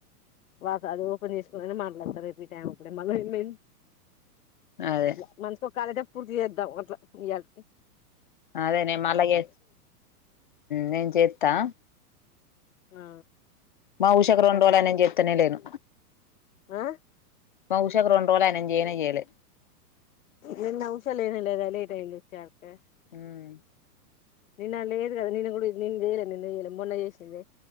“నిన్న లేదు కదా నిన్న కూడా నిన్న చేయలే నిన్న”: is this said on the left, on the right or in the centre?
Left